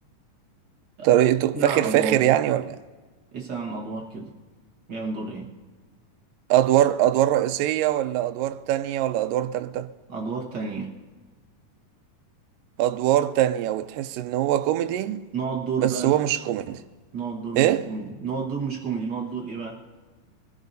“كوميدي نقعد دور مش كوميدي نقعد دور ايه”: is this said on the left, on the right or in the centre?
Right